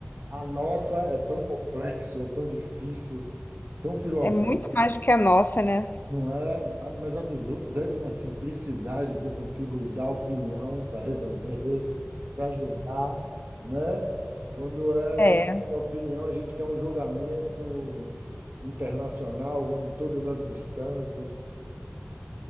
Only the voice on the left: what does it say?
É muito mais do que a nossa, né?
É.